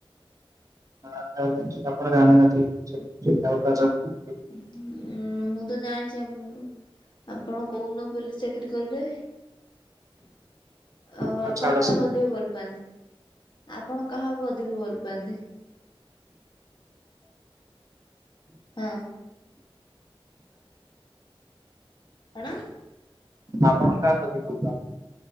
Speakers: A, on the right; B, on the left.
A: <inaudible>
B: ଉ-ଉଁ ମୁଁ ତ ଜାଣିଚି ଆପଣଙ୍କୁ। ଆପଣ କୋଉଦିନ ପୋଲିସ ଚାକିର କଲେ? ଆଉ
A: ହଉ
B: ଆପଣ
A: ଛାଡ
B: କାହାକୁ
A: ସେ
B: ଅଧିକ ଭଲ ପାଆନ୍ତି? ଆପଣ କାହାକୁ ଅଧିକ ଭଲ୍ ପାଆନ୍ତି? ହଁ। କଣ?
A: ଆପଣ କାହାକୁ ଅଧିକ ଭଲପାଆନ୍ତି?